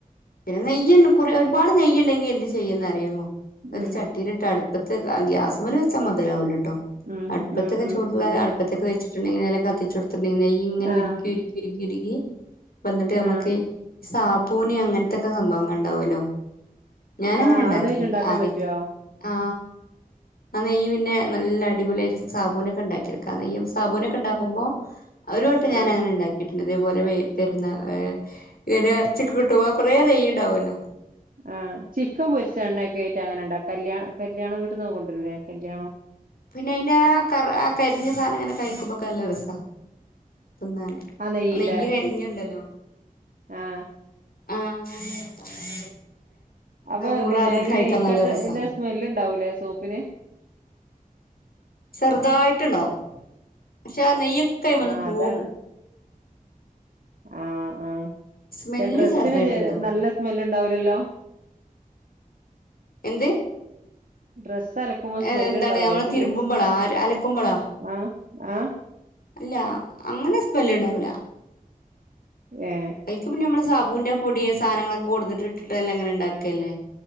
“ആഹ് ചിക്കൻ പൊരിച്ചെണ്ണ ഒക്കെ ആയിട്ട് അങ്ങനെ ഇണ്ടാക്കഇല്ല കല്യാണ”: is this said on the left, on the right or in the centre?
Right